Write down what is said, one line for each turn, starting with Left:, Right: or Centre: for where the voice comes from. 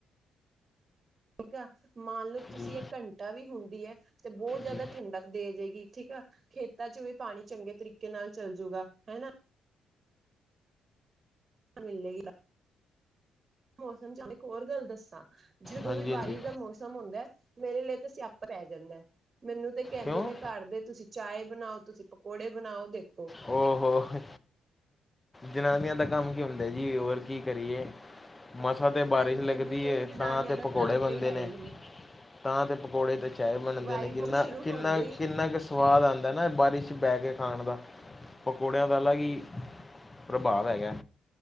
Right: ਠੀਕ ਆ ਮੰਨ ਲਓ ਤੁਸੀਂ
Left: ਜੀ
Right: ਇਹ ਘੰਟਾ ਵੀ ਹੁੰਦੀ ਹੈ। ਤੇ ਬਹੁਤ
Left: ਜੀ
Right: ਜਿਆਦਾ ਠੰਡਕ ਦੇ ਜਾਏਗੀ ਠੀਕ ਆ। ਖੇਤਾਂ ਚ ਵੀ ਪਾਣੀ ਚੰਗੇ ਤਰੀਕੇ ਨਾਲ ਚੱਲਜੂਗਾ ਹਨਾ। ਮਿਲਲੇਗੀ ਮੌਸਮ ਚ ਇੱਕ ਹੋਰ ਗੱਲ ਦੱਸਾਂ। ਜਦੋਂ
Left: ਹਾਂਜੀ
Right: ਵੀ
Left: ਹਾਂਜੀ
Right: ਬਾਰਿਸ਼ ਦਾ ਮੌਸਮ ਹੁੰਦਾ ਮੇਰੇ ਲਈ ਤਾਂ ਸਿਆਪ ਪੈ ਜਾਂਦਾ ਮੈਨੂੰ। ਤੇ ਕਹਿੰਦੇ
Left: ਕਿਉਂ
Right: ਨੇ ਘਰ ਦੇ ਤੁਸੀਂ ਚਾਏ ਬਣਾਓ ਤੁਸੀਂ ਪਕੌੜੇ ਬਣਾਓ ਦੇਖੋ।
Left: ਹੋੋ ਉਹ। ਜਨਾਨੀਆਂ ਦਾ ਕੰਮ ਕੀ ਹੁੰਦਾ ਜੀ ਹੋਰ ਕੀ ਕਰੀਏ। ਮਸਾਂ ਤੇ ਬਾਰਿਸ਼
Right: ਹਾਂਜੀ
Left: ਲੱਗਦੀ
Right: ਹਾਂਜੀ ਨਹੀਂ
Left: ਹੈ
Right: ਜਨਾਨੀਆਂ
Left: ਤਾਂ ਚਾਹ ਤੇ
Right: ਦਾ
Left: ਪਕੌੜੇ
Right: ਕੰਮ
Left: ਬਣਦੇ
Right: ਤੇ ਹੈ
Left: ਨੇ
Right: ਹੀ
Left: ਤਾਂ ਚਾਹ ਤੇ ਪਕੌੜੇ ਤੇ। ਚਾਏ ਬਣਦੇ
Right: ਬਾਰਿਸ਼
Left: ਨੇ, ਕਿੰਨਾ,
Right: ਸ਼ੁਰੂ
Left: ਕਿੰਨਾ,
Right: ਹੁੰਦੇ ਹੀ
Left: ਕਿੰਨਾ ਕੁ ਸਵਾਦ ਆਉਂਦਾ ਨਾ, ਬਾਰਿਸ਼ ਬਹਿ ਕੇ ਖਾਣ ਦਾ। ਪਕੌੜਿਆਂ ਦਾ ਅਲਗ ਹੀ ਪ੍ਰਭਾਵ ਹੈਗਾ।